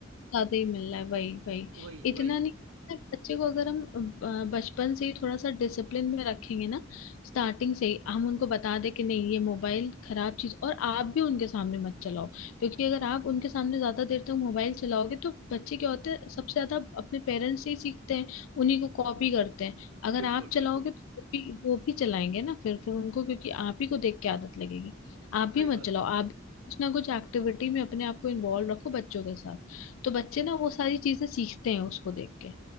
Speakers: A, on the left; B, on the right.
A: ज्यादा ही मिल रहा है वही वही
B: वही
A: इतना
B: वही
A: नहीं बच्चे को अगर हम अ, बचपन से ही थोड़ा सा डिसिप्लिन में रखेंगे ना स्टार्टिंग से ही हम उनको बता दे कि नहीं ये मोबाइल खराब चीज और आप भी उनके सामने मत चलाओ क्योंकि अगर आप उनके सामने ज्यादा देर तक मोबाइल चलाओगे तो बच्चे क्या होते हैं सबसे ज्यादा अपने पेरेंट्स से ही सीखते हैं उन्हीं को कॉपी करते हैं अगर
B: बिल्कुल
A: आप चलाओगे
B: बिल्कुल
A: तो वो भी वो भी चलाएंगे ना फिर फिर उनको क्योंकि आप ही को देख के आदत लगेगी आप
B: सही
A: भी मत
B: बात
A: चलाओ
B: है
A: आप भी कुछ ना कुछ एक्टिविटी में अपने आप को इन्वॉल्व रखो बच्चों के साथ तो बच्चे ना वो सारी चीजें सीखते हैं उसको देख के